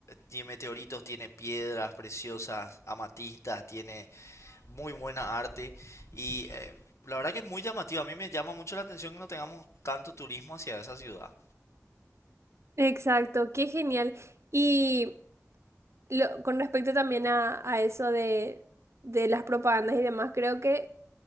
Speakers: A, on the left; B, on the right.
A: tiene meteoritos, tiene piedras preciosas, amatistas, tiene muy buena arte y eh, la verdad que es muy llamativo. A mí me llama mucho la atención que no tengamos tanto turismo hacia esa ciudad.
B: <laughs> Exacto, qué genial. Y lo- con respecto también a, a eso de, de las propagandas y demás, creo que